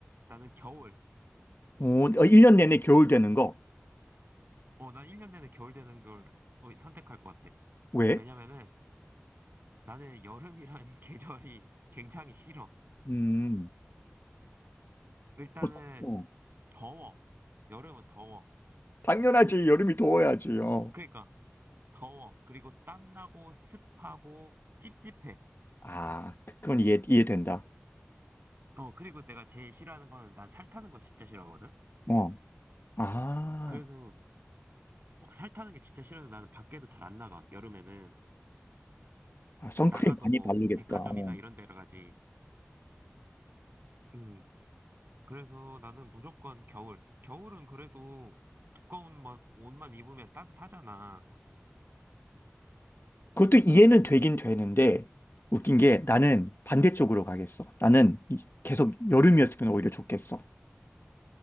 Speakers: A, on the right (about 55°); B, on the left (about 60°).
A: 나는 겨울.
B: 어, 1년 내내 겨울 되는 거.
A: 어, 난 1년 내내 겨울 되는 걸 어, 선택할 것 같아.
B: 왜?
A: 왜냐면은 나는 여름이라는 <laughs> 계절이 굉장히 싫어.
B: 음,
A: 일단은
B: 어, 어.
A: 더워. 여름은 더워.
B: 당연하지. 여름이 더워야지. 어.
A: 그러니까 더워. 그리고 땀나고 습하고 찝찝해.
B: 아, 그건 이해, 이해된다.
A: 어, 그리고 내가 제일 싫어하는 거는 난 살 타는 거 진짜 싫어하거든?
B: 어. 아,
A: 그래서 어, 살 타는 게 진짜 싫어서 나는 밖에도 잘 안 나가, 여름에는.
B: 아, 선크림
A: 나가도
B: 많이
A: 뭐
B: 바르겠다.
A: 백화점이나
B: 어.
A: 이런 데로 가지. 음, 그래서 나는 무조건 겨울. 겨울은 그래도 두꺼운 막 옷만 입으면 따뜻하잖아.
B: 그것도 이해는 되긴 되는데 웃긴 게 나는 반대쪽으로 가겠어. 나는 이- 계속 여름이었으면 오히려 좋겠어.